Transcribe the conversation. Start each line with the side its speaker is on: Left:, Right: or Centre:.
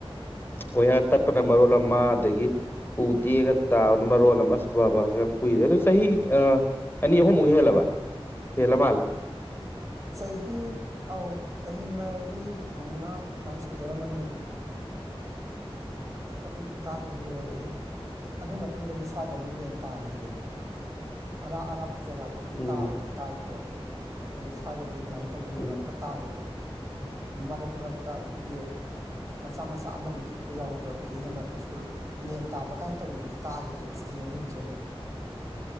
Left: ꯑꯣꯏꯌꯥꯔ ꯇꯠꯄꯅ ꯃꯔꯣꯜ ꯑꯃ ꯑꯗꯒꯤ ꯎ ꯇꯦꯛꯑꯒ ꯇꯥꯕꯅ ꯃꯔꯣꯜ ꯑꯃ ꯑꯁ ꯕꯥ ꯕꯥ ꯌꯥꯝ ꯀꯨꯏꯔꯦ ꯑꯗꯨ ꯆꯍꯤ ꯑꯥ ꯑꯅꯤ ꯑꯍꯨꯝꯃꯨꯛ ꯍꯦꯜꯂꯕ ꯍꯦꯜꯂꯃꯥꯜꯂꯦ
Right: ꯆꯍꯤ ꯑꯧ ꯆꯍꯤ ꯃꯔꯤ ꯃꯉꯥ ꯑꯗꯨꯃꯥꯏ ꯁꯨꯗꯣꯔꯝꯅꯤ ꯃꯗꯨ ꯑꯁ ꯑꯗꯨꯏ ꯈꯨꯇꯥꯗꯨꯗꯤ ꯂꯣꯏꯔꯦꯍꯦ ꯑꯗꯨꯏ ꯃꯇꯨꯡꯗꯗꯤ ꯁ꯭ꯋꯥꯏꯗ ꯑꯃꯨꯛ ꯂꯦꯟ ꯇꯥꯒꯤꯗ꯭ꯔꯦꯃꯤ ꯑꯔꯥꯞ ꯑꯔꯥꯞꯄ ꯖꯒꯥꯗꯗꯤ
Left: ꯎꯝ
Right: ꯇꯥꯕꯗꯤ ꯇꯥꯏꯀꯣ ꯑꯗꯨꯒ ꯁ꯭ꯋꯥꯏꯗꯗꯤ ꯑꯗꯨꯃꯥꯏ ꯇꯧꯕ ꯂꯦꯟ
Left: ꯎꯝ
Right: ꯑꯝꯇ ꯇꯥꯒꯤꯗ꯭ꯔꯦ ꯃꯔꯛ ꯃꯔꯛꯇ ꯑꯩꯈꯣꯏꯒꯤ ꯃꯆꯥ ꯃꯆꯥ ꯑꯃꯅꯤ ꯈꯤꯛ ꯄ ꯌꯥꯎꯕꯗꯣ ꯑꯗꯨꯗꯩ ꯍꯦꯟꯅ ꯀꯩꯁꯨ ꯂꯦꯟ ꯇꯥꯕ ꯀꯥꯏꯅ ꯇꯧꯕꯗꯨꯗꯤ ꯇꯥꯒꯤꯗ꯭ꯔꯦꯕ ꯆꯍꯤ ꯑꯅꯤ ꯑꯍꯨꯝꯖꯦ ꯑꯃꯨꯛ